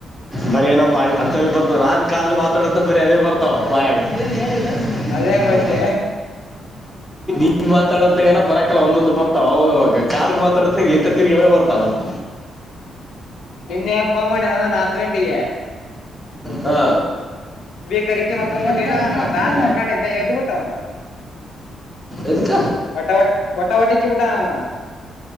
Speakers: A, in the centre; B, on the left.
A: <inaudible> ಬರೇ ನಮ್ ಅಂತವೇ ಬರ್ತಾವ ನಾನ್ ಕಾದ್ರೂ ಮಾತಾಡದ ಬರೀ ಅ ಬರ್ತಾವ ಬಾಯಾಗ ನೀನು ಅವ್ನಿಗೆ?
B: ನದೇ
A: ತಿಳ್ಕೊಂಡ್
B: ಮತ್ತೆ
A: ಇನ್ ಮಾತಾಡದತ್ನಾಗ ಏ ಬರಕಲ್ಲ ಒಂದೊಂದು ಬರ್ತಾವ ಹೋಗವಾಗ ಕಾದ್ರ ಮಾತಾಡತನಾಗ ಎತ್ತ ತಿರ್ಗವೇ ಬರ್ತಾವ ಹ
B: ನಿನ್ನೆ ಅಪ್ಪ ಮಾಡ್ಯ ಒ ನ ಹತ್ ಗಂಟೆಗೆ
A: ಹಾ
B: ಬೀ ಕರಿಕಿ ಮಕ್ಕೊಂಡಂಬಟ್ಟಿನ
A: ಗಂಡ ಬಿಟ್ಟ ಇದನ್ನ
B: ನಾ
A: ಹಾಕ್ತೀನಿ
B: ದಾತ್ ಮಕ್ಕಂಡ ಎಂತ ಎದ್ದ್ ಬಿಟ್ಟ ಅವನು
A: ಎದಕ್ಕ
B: ಒಟಾವ ವಟಾವಟಿಕ್ಕೆ ಬಟಣ